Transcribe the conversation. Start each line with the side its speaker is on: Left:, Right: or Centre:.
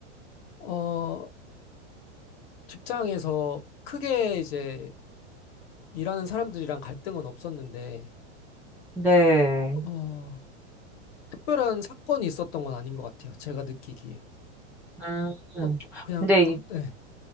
Left: 어, 직장에서 크게 이제 일하는 사람들이랑 갈등은 없었는데,
Centre: 네.
Left: 어, 특별한 사건이 있었던 건 아닌 것 같아요. 제가 느끼기에.
Centre: 음, 음.
Left: 어, 그냥,
Centre: 근데
Left: 가-
Centre: 이-
Left: 네,